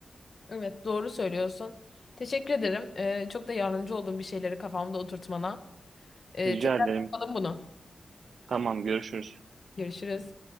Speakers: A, on the left; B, on the right.
A: Evet doğru söylüyorsun. Teşekkür ederim. Ee, çok da yardımcı olduğum bir şeyleri kafamda oturtmana. Ee,
B: Rica
A: tekrar
B: ederim.
A: yapalım bunu.
B: Tamam, görüşürüz.
A: Görüşürüz.